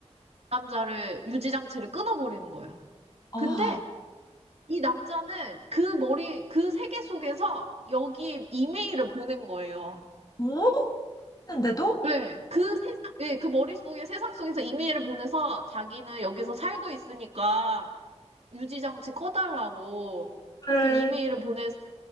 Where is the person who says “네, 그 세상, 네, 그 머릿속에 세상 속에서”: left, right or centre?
Right